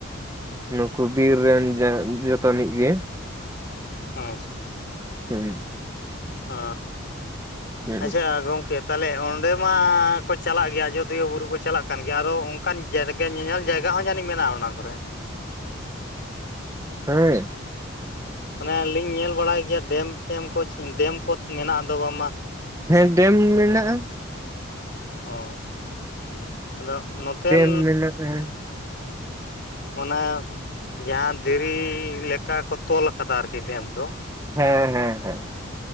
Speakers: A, on the right; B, on the left.
A: ᱱᱩᱠᱩ ᱵᱤᱨ ᱨᱮᱱ ᱡᱟ ᱡᱳᱛᱳᱱᱤᱡ ᱜᱮ,
B: ᱟᱪᱷ
A: ᱦᱩᱸ
B: ᱟ,
A: ᱦᱩᱸ
B: ᱟᱪᱪᱷᱟ ᱜᱚᱝᱠᱮᱫ ᱛᱟᱦᱮᱞᱮ ᱚᱸᱰᱮ ᱢᱟ ᱠᱚ ᱪᱟᱞᱟᱜ ᱜᱮᱭᱟ ᱟᱡᱚᱫᱤᱭᱟᱹ ᱵᱩᱨᱩ ᱠᱚ ᱪᱟᱞᱟᱜ ᱠᱟᱱ ᱜᱮᱭᱟ, ᱟᱫᱚ ᱚᱸᱠᱟᱱ ᱡᱮᱫᱽ ᱜᱮ ᱧᱮᱧᱮᱞ ᱡᱟᱭᱜᱟ ᱦᱚᱸ ᱡᱟᱹᱱᱤᱡ ᱢᱮᱱᱟᱜᱼᱟ ᱚᱱᱟ ᱠᱚᱨᱮ
A: ᱦᱚᱭ
B: ᱚᱱᱮ ᱞᱤᱧ ᱧᱮᱞ ᱵᱟᱲᱟᱭ ᱜᱮᱭᱟ ᱰᱮᱢ ᱯᱷᱮᱢ ᱠᱚᱪ ᱰᱮᱢ ᱠᱚ ᱢᱮᱱᱟᱜ ᱫᱚ ᱵᱟᱝᱢᱟ,
A: ᱦᱮᱸ ᱰᱮᱢ ᱢᱮᱱᱟᱜᱼᱟ,
B: ᱦᱚᱭ! ᱟᱫᱚᱜ ᱱᱚᱛᱮᱱ
A: ᱰᱮᱢ ᱢᱮᱱᱟᱜᱼᱟ ᱦᱮᱸ
B: ᱚᱱᱟ ᱡᱟᱦᱟᱸ ᱫᱷᱤᱨᱤ ᱞᱮᱠᱟ ᱠᱚ ᱛᱚᱞ ᱟᱠᱟᱫᱟ ᱟᱨᱠᱤ ᱰᱮᱢ ᱫᱚ?
A: ᱦᱮᱸ ᱦᱮᱸ